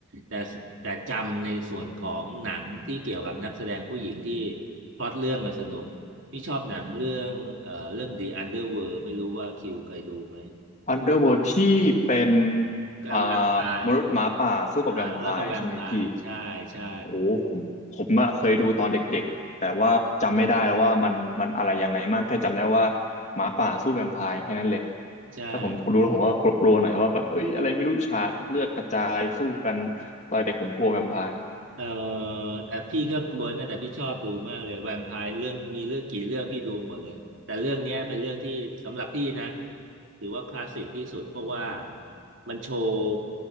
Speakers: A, on the right; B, on the left.
A: แต่แต่จำในส่วนของหนังที่เกี่ยวกับนักแสดงผู้หญิงที่พล็อตเรื่องอะสนุกพี่ชอบหนังเรื่องเอ่อเรื่อง The Underworld ไม่รู้ว่าคิวเคยดูไหม
B: Underworld ที่เป็น
A: กับแวมไพร์
B: อ่ามนุษย์หมาป่าสู้กับแวมไพร์ใช่ไหมพี่
A: อ่าแล้วก็แวมไพร์ใช่ใช่
B: โอ้ผมผมอะเคยดูตอนเด็กๆแต่ว่าจำไม่ได้แล้วว่ามันมันอะไรยังไงมั่งแค่จำได้ว่าหมาป่าสู้แวมไพร์แค่นั้นเลย
A: ใช่
B: แล้วผมดูแล้วผมก็กลัวๆหน่อยว่าแบบเอ้ยอะไรไม่รู้ฉากเลือดกระจายสู้กันตอนเด็กผมกลัวแวมไพร์
A: เออแต่พี่ก็กลัวนะแต่พี่ชอบดูมากเลยแวมไพร์เรื่องมีเรื่องกี่เรื่องพี่ดูหมดเลยแต่เรื่องเนี้ยเป็นเรื่องที่สำหรับพี่นะถือว่าคลาสสิกที่สุดเพราะว่ามันโชว์